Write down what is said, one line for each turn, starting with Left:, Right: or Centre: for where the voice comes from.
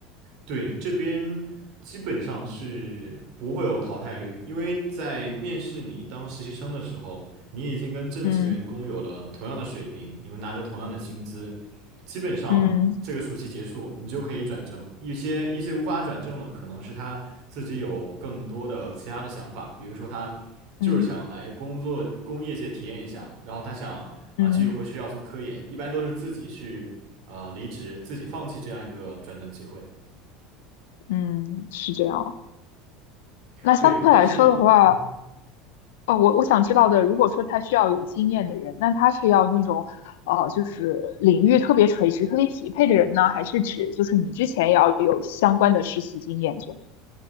Right: 对，这边基本上是不会有淘汰率，因为在面试你当实习生的时候，你已经跟正职员工有了同样的水平，
Left: 嗯
Right: 你们拿着同样的薪资，基本上这个暑期结束，
Left: 嗯
Right: 你就可以转正。一些一些无法转正的，可能是他自己有更多的其他的想法，比如说他就是想来工作工业界体验一下，
Left: 嗯
Right: 然后他想啊、
Left: 嗯
Right: 继续回学校做科研，一般都是自己去啊、离职，自己放弃这样一个转正机会。
Left: 嗯，是这样。那相对来说的话，
Right: 对，但是嗯
Left: 哦，我我想知道的，如果说他需要有经验的人，那他是要那种，呃，就是领域特别垂直、特别匹配的人呢，还是指就是你之前也要有相关的实习经验这样？